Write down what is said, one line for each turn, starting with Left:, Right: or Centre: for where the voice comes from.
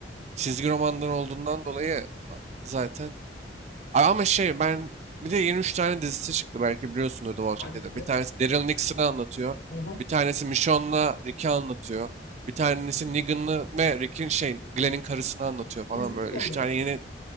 Right: Çizgi romandan olduğundan dolayı zaten A- Ama şey ben bir de yeni 3 tane dizisi çıktı belki biliyorsundur The Walking
Left: hangisini?
Right: Dead'in. Bir tanesi Daryl Nixon'ı anlatıyor.
Left: Hı hı.
Right: Bir tanesi Michonne'la Rick'i anlatıyor. Bir tanesi Negan'ı ve Rick'in şey Glenn'in karısını anlatıyor falan
Left: İzledin
Right: böyle.
Left: mi onları?
Right: üç tane yeni...